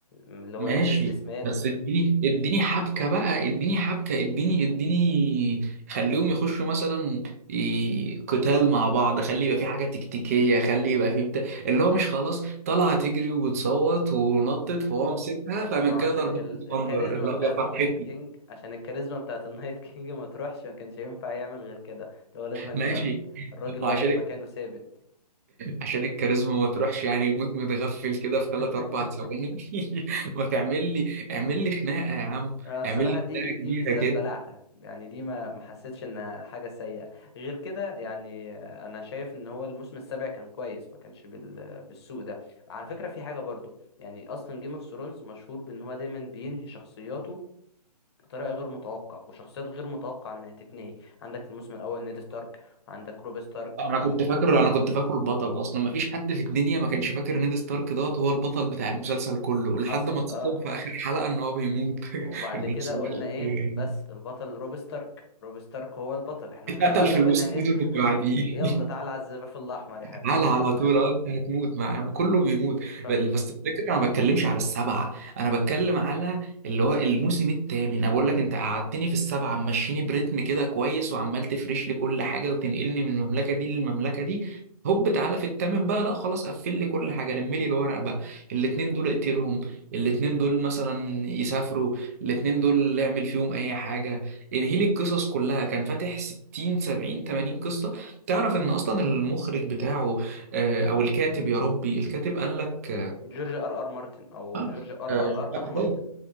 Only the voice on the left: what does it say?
اللي هو
الفيسلس مان
ما هو
عشان
ال- الكاريزما
بتاعت
النايت كينج عشان الكاريزما بتاعت النايت كينج ما تروحش ما كانش ينفع يعمل غير كده اللي هو لازم أن
يبقى الر- الراجل
واقف مكانه ثابت
<laughs>
انا الصراحه
دي
دي
بالذات بلعتها يعني دي ما ما حسيتش انها حاجه سيئه غير كده يعني انا شايف ان هو الموسم السابع كان كويس ما كانش بال... بالسوء ده على فكره في حاجه برضو يعني اصلا جيم اوف ثرونز مشهور بان هو دايما بينهي شخصياته بطريقه غير متوقع وشخصيات غير متوقع انها تتنهي عندك في الموسم الاول نيد ستارك وعندك روب ستارك
حصل
اه
وبعد
كده
قلنا
ايه
بس البطل روب ستارك روب ستارك هو البطل احنا
انخدعنا
قلنا
نيد
<laughs>
يلا تعالى على الزفاف الاحمر يا حبيبي
يلا
<laughs> فب-
جورج ار ار مارتن او
جورج ار
ار ار ار مارتن